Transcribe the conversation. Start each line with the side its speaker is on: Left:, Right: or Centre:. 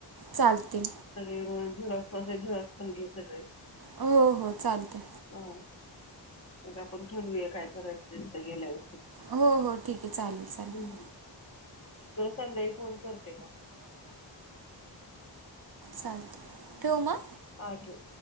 Right: चालते
Left: सगळे झेरॉक्स पण गे सगळे
Right: हो हो चालतं
Left: हा मग आपण ठरूया काय करायचथ गेल्यावरती
Right: हो हो ठीक आहे चालेल चालेल
Left: हम् ज संद्याकाळी फोन करते ना
Right: चाल ठेवू मग
Left: हा ठेव